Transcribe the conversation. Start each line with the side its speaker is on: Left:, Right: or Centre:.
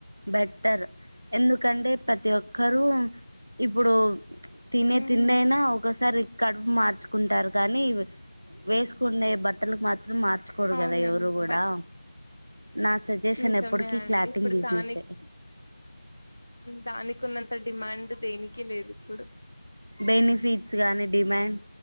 Right: బెటర్ ఎందుకంటే ప్రతి ఒక్. ఒక్కరు ఇప్పుడు తినే
Left: హ్మ్
Right: తిండి అయినా ఒకసారే కూడా మార్చుకుంటారు కానీ వేసుకునేే బట్టలు మాత్రం మార్చకోడు
Left: అవునండి
Right: కదా ఎవరు కూడాడా
Left: బట్
Right: నా సజెషన్
Left: నిజమే
Right: ఎప్పటికి
Left: అండి
Right: క్లాటింగ్
Left: ఇప్పుడు
Right: బిజినెసే
Left: దానికి దానికి ఉన్నంత డిమాండ్ దేనికి లేదు ఇప్పుడు
Right: బెనిఫిట్స్ గానీ డిమాండ్